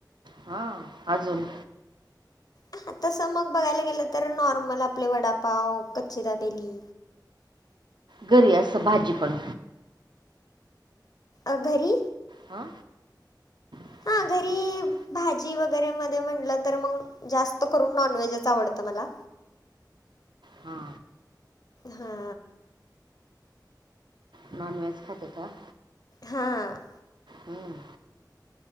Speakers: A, on the right (about 80°); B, on the left (about 55°).
A: हा अजून
B: हा तसं मग बघायला गेलं तर नॉर्मल आपलं वडापाव कच्ची दबेली
A: घरी असं भाजी पण
B: अ घरी
A: हा <inaudible>
B: हां घरी भाजी वगैरे मध्ये म्हटलं तर मग जास्त करून नॉनव्हेजच आवडत मला
A: हा
B: हा
A: नॉन व्हेज खाते का
B: हां
A: हम्